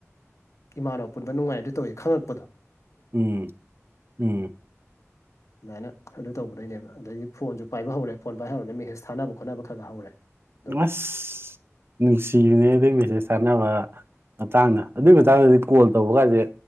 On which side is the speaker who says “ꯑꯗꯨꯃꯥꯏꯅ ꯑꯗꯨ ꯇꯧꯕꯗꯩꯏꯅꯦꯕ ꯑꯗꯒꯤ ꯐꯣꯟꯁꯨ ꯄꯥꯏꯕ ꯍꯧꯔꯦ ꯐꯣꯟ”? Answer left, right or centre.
Left